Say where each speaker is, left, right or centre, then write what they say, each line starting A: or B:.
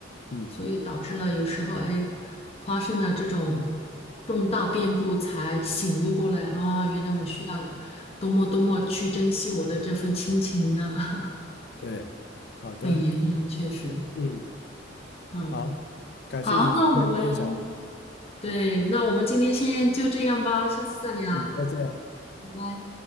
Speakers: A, on the left (about 60°); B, on the left (about 35°).
A: 嗯，
B: 所以导致了有时候哎，发生了这种重大变故，才醒悟过来啊，原来我需要多么多么去珍惜我的这份亲情啊，<laughs>
A: 对，好的，
B: 很遗憾，确实，
A: 嗯，
B: 嗯，
A: 好，感谢你今天的分享，
B: 好，那我们对，
A: 好，
B: 那我们今天先就这样吧，下次再聊，
A: 嗯，再见。
B: 拜拜。